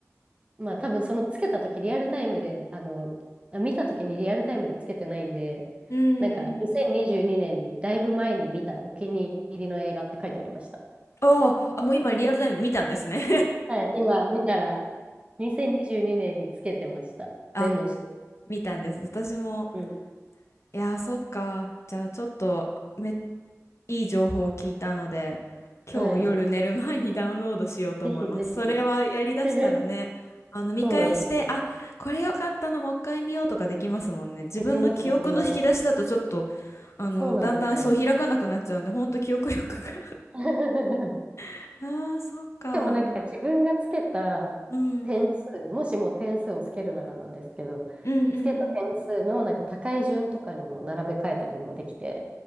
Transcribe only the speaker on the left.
うーん。
おーあ、もう今リアルタイムに見たんですね <laughs>
あ、
見たんです。私も
いやー、そっか。じゃあ、ちょっとめ、いい情報を聞いたので、今日夜寝る前にダウンロードしようと思います。
それはやりだしたらね、
あの、見返して、
あ、これ良かったのもう一回見ようとかできますもんね。自分の記憶の引き出しだとちょっと、
あの、
だんだんそう開かなくなっちゃうんで、ほんと記憶力が
<laughs> ああ、そっか。
うん。うん
うんうん。